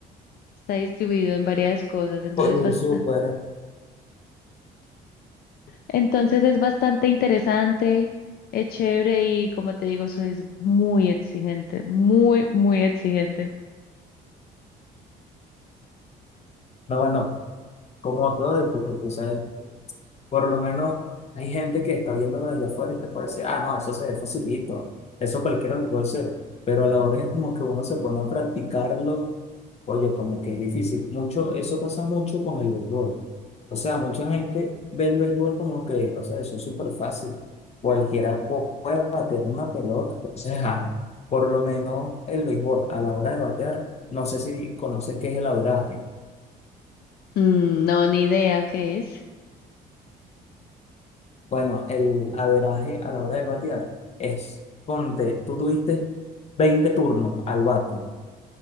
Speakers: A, on the left (about 65°); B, on the left (about 40°).
A: está distribuido en varias cosas, entonces,
B: Oye, Jesús,
A: basta-
B: fuera.
A: entonces es bastante interesante, es chévere y como te digo, soy muy exigente, muy, muy exigente.
B: No, bueno, como todo deporte, tú sabes, por lo menos hay gente que está viéndolo desde afuera y te puede decir, ah, no, eso se ve facilito, eso cualquiera lo puede hacer, pero a la hora es como que uno se pone a practicarlo Oye, como que es difícil. Mucho, eso pasa mucho con el béisbol. O sea, mucha gente ve el béisbol como que, o sea, eso es súper fácil. Cualquiera pu- puede bater una pelota. O sea, por lo menos el béisbol a la hora de batear, no sé si conoces qué es el averaje.
A: Mm, no, ni idea qué es.
B: Bueno, el averaje a la hora de batear es, ponte, tú tuviste 20 turnos al bate.